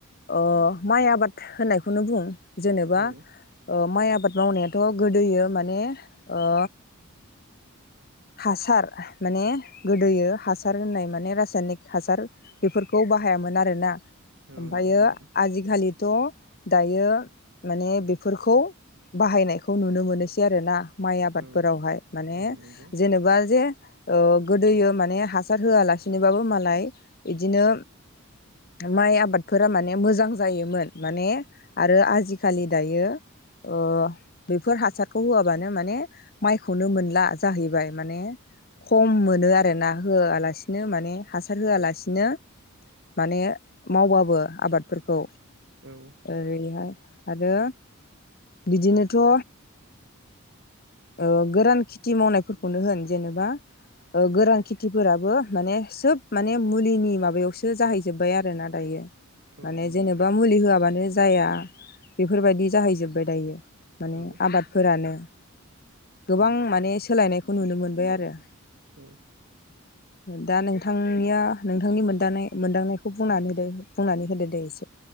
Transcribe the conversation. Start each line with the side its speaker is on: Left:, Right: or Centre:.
Left: ओ माइ आबाद होननायखौनो बुं जेनेबा
Right: औ
Left: ओ माइ आ बाद मावनायाथ' गोदोयो माने ओ हासार माने गोदोयो हासार होननाय माने रासायनिक हासार बेफोरखौ बाहायामोन आरोना
Right: औ
Left: ओमफ्रायो
Right: नंगौ नोंथां
Left: आजिखालि थ' दायो माने बेफोरखौ बाहायनायखौ नुनो मोनोसै आरोना। माइ आबादफोरावहाय
Right: औ
Left: माने
Right: औ नंगौ
Left: जेनेबा जे ओ गोदोयो माने हासार होआलासिनोबाबो मालाय बिदिनो माइ आबादफोरा माने मोजां जायोमोन माने आरो आजिखालि दायो अ बेफोर हासारखौ होआबानो माने माइखौनो मोनला जाहैबाय माने खम मोनो आरो ना होआलासिनो माने हासार होआलासि नो माने मावबाबो आबादफोरखौ
Right: औ
Left: ओरैहाय आरो बिदिनो थ' ओ गोरान खेथि मावनायफोरखौनो होन जेनेबा ओ गोरान खेथिफोराबो माने सोब माने मुलिनि माबायावसो जाहै जोबबाय आरोना दायो
Right: औ
Left: माने
Right: नंगौ
Left: जेनेबा मुलि होयाबान नो जाया बेफोरबायदि जाहैजोब्बाय दायो माने
Right: औ
Left: आबादफोरानो। गोबां
Right: औ
Left: माने सोलायनायखौ नुनो मोनबाय आरो।
Right: औ।
Left: दा नोंथांनिया नोंथांनि मोनदां मोनदांनायखौ बुंनानै होदो बुंनानै होदो दे एसे।